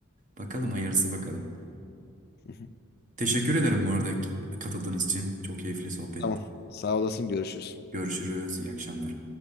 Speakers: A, on the right; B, on the left.
A: Bakalım hayırlısı bakalım.
B: Hı hı.
A: Teşekkür ederim bu arada katıldığınız için. Çok keyifli sohbet.
B: Tamam. Sağ olasın. Görüşürüz.
A: Görüşürüz. İyi akşamlar.